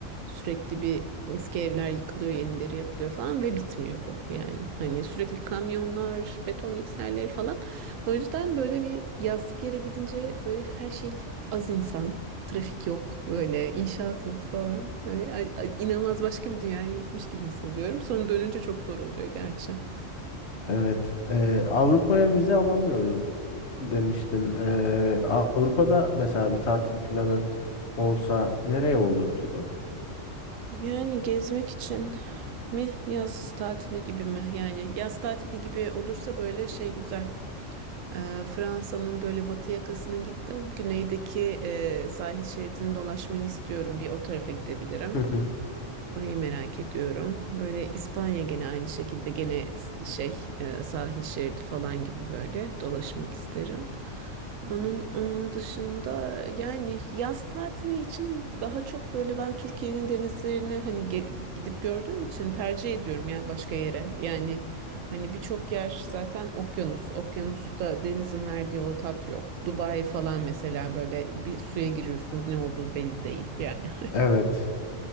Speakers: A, on the right (about 85°); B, on the left (about 60°).
A: Sürekli bir eski evler yıkılıyor, yenileri yapılıyor falan ve bitmiyor bu yani. Hani sürekli kamyonlar, beton mikserleri falan. O yüzden böyle bir yazlık yere gidince böyle her şey az insan, trafik yok, böyle inşaat yok falan. Böyle, a- a- inanılmaz başka bir dünyaya gitmiş gibi hissediyorum. Sonra dönünce çok zor oluyor gerçi.
B: Evet. Ee, Avrupa'ya vize alamıyoruz demiştin. Ee, Avrupa'da mesela bir tatil planın olsa nereye olurdu?
A: Yani gezmek için mi yaz tatili gibi mi? Yani yaz tatili gibi olursa böyle şey güzel. Ee, Fransa'nın böyle batı yakasına gittim. Güneydeki e, sahil şeridini dolaşmayı istiyorum. Bir o tarafa gidebilirim.
B: Hı hı.
A: Orayı merak ediyorum. Böyle İspanya gene aynı şekilde gene şey e, sahil şeridi falan gibi böyle dolaşmak isterim. Onun onun dışında yani yaz tatili için daha çok böyle ben Türkiye'nin denizlerine hani ge- gidip gördüğüm için tercih ediyorum ya başka yere. Yani hani birçok yer zaten okyanus. Okyanusta denizin verdiği o tat yok. Dubai falan mesela böyle bir suya giriyorsunuz ne olduğu belli değil yani.
B: Evet.